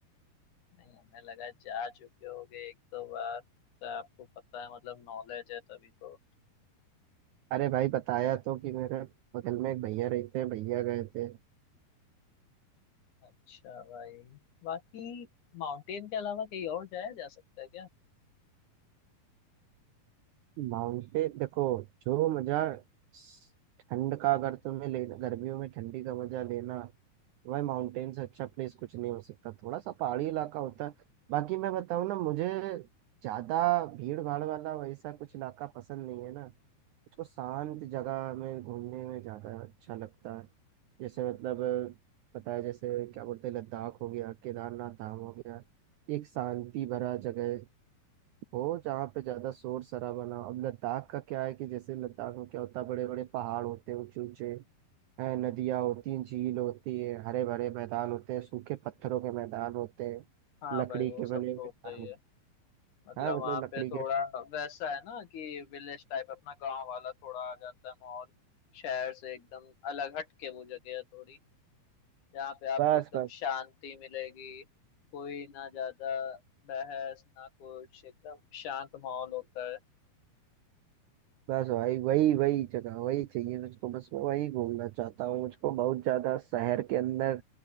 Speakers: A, on the left; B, on the right.
A: नहीं हमें लगा जा चुके होगे एक दो बार तो आपको पता है मतलब नॉलेज है तभी तो
B: अरे भाई बताया तो कि मेरे बगल में एक भैया रहते हैं भैया गए थे
A: अच्छा भाई बाकी माउंटेन के अलावा कहीं और जाया जा सकता है क्या
B: माउंटेन देखो जो मजा स- ठंड का अगर तुम्हें लेना गर्मियों में ठंडी का मजा लेना तो भाई माउंटेन से अच्छा प्लेस कुछ नहीं हो सकता थोड़ा सा पहाड़ी इलाका होता है बाकी मैं बताऊँ ना मुझे ज्यादा भीड़ भाड़ वाला वैसा कुछ इलाका पसंद नहीं है ना मुझको शांत जगह में घूमने में ज़्यादा अच्छा लगता है जैसे मतलब अ, पता है जैसे क्या बोलते हैं लद्दाख हो गया केदारनाथ धाम हो गया एक शांति भरा जगह हो जहाँ पे ज़्यादा शोर शराबा ना हो। अब लद्दाख का क्या है कि जैसे लद्दाख में क्या होता है बड़े बड़े पहाड़ होते हैं ऊंचे ऊंचे हैं नदियाँ होती हैं झील होती है हरे भरे मैदान होते हैं सूखे पत्थरों के मैदान होते हैं
A: हाँ
B: लकड़ी
A: भाई वो
B: के
A: सब
B: बने हुए
A: तो होता
B: घर
A: ही
B: होते हैं।
A: है मतलब
B: हाँ मतलब
A: वहाँ
B: लकड़ी
A: पे थोड़ा
B: के
A: वैसा है ना कि विलेज टाइप अपना गांव वाला थोड़ा आ जाता है माहौल शहर से एकदम अलग हट के वो जगह है थोड़ी जहाँ पे आपको
B: बस
A: एकदम
B: बस
A: शांति मिलेगी कोई ना ज्यादा बहस ना कुछ एकदम शांत माहौल होता है
B: बस भाई वही वही जगह वही चाहिए मुझको बस मैं वही घूमना चाहता हूँ मुझको बहुत ज्यादा शहर के अंदर